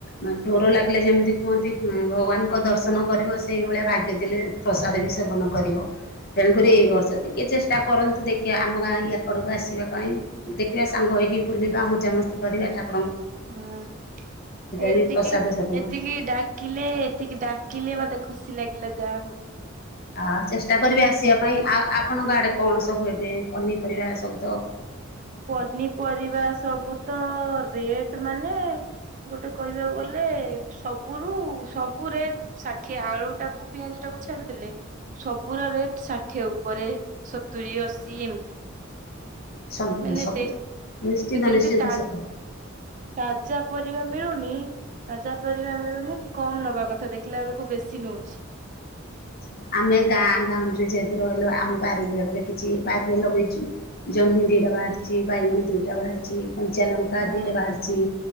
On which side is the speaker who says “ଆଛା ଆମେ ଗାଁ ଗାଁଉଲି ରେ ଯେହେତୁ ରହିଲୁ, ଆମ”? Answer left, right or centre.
Left